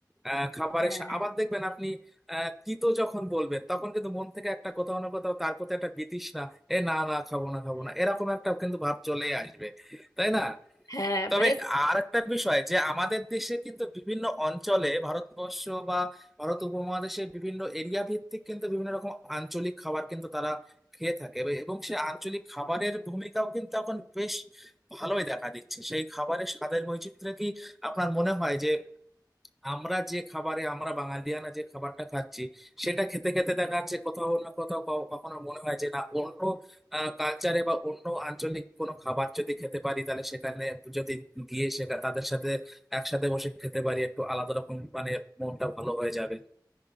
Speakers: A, in the centre; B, on the left (about 55°).
A: আহ খাবারের
B: হ্যাঁ
A: সা-
B: হ্যাঁ
A: আবার দেখবেন আপনি আহ তিতো যখন বলবেন তখন কিন্তু মন থেকে একটা কোথাও না কোথাও তার প্রতি একটা বিতৃষ্ণা এ না না খাবো না খাবো না এরকম একটা কিন্তু ভাব চলেই আসবে তাই না
B: হ্যাঁ
A: তবে
B: মানে
A: আর একটা বিষয় যে আমাদের দেশে কিন্তু বিভিন্ন অঞ্চলে ভারতবর্ষ বা ভারত উপমহাদেশের বিভিন্ন এরিয়া ভিত্তিক কিন্তু বিভিন্ন রকম আঞ্চলিক খাবার কিন্তু তারা খেয়ে থাকে এব- এবং সেই আঞ্চলিক খাবারের ভূমিকাও কিন্তু এখন বেশ ভালোই দেখা দিচ্ছে সেই খাবারের স্বাদের বৈচিত্র্য কি আপনার মনে হয় যে আমরা যে খাবারে আমরা বাঙালিয়ানা যে খাবারটা খাচ্ছি সেটা খেতে খেতে দেখা যাচ্ছে কোথাও না কোথাও ক- কখনো মনে হয় যে না অন্য কালচারে বা অন্য আঞ্চলিক কোনো খাবার যদি খেতে পারি তাহলে সেখানে যদি গিয়ে সেখানে তাদের সাথে একসাথে বসে খেতে পারি একটু আলাদা রকম মানে মনটা ভালো হয়ে যাবে